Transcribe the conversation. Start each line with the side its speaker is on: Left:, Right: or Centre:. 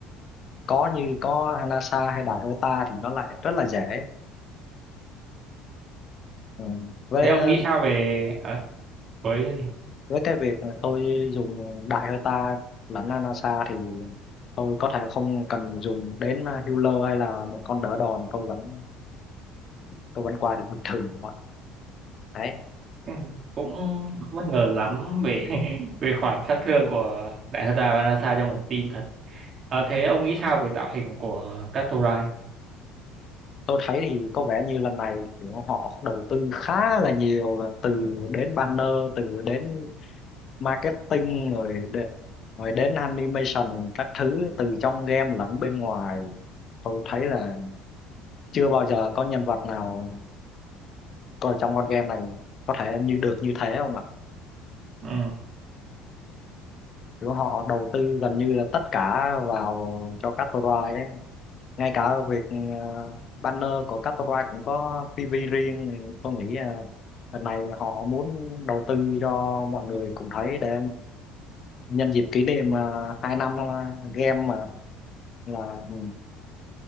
Left: có như có Anasa hay Đại Hơ Ta thì nó lại rất là dễ ừ. với
Right: thế ông
Left: ờ,
Right: nghĩ sao về ờ, với cái gì
Left: với cái việc mà tôi dùng đại hơi ta lẫn Anasa thì tôi có thể không cần dùng đến healer hay là một con đỡ đòn tôi vẫn tôi vẫn qua được bình thường các bạn. đấy
Right: ừ, cũng bất ngờ lắm về <laughs> về khoản sát thương của Đại Herta và Anasa trong một team thật Ờ, thế ông nghĩ sao về tạo hình của Catorai
Left: tôi thấy thì có vẻ như lần này kiểu họ đầu tư khá là nhiều là từ đến banner từ đến marketing rồi đe- rồi đến animation các thứ từ trong game lẫn bên ngoài tôi thấy là chưa bao giờ có nhân vật nào còn trong con game này có thể như được như thế không ạ
Right: ừ.
Left: kiểu họ đầu tư gần như là tất cả vào cho counter ấy ngay cả việc ờ, banner của counter cũng có PV riêng thì tôi nghĩ là lần này họ muốn đầu tư cho mọi người cùng thấy để nhân dịp kỷ niệm uh, 2 năm ờ, game mà là ừ,